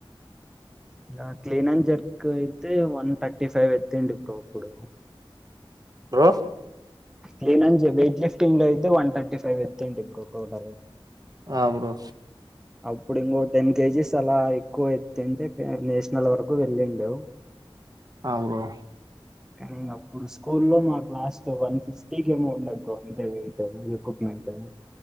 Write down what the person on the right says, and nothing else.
బ్రో
అ బ్రో
అ బ్రో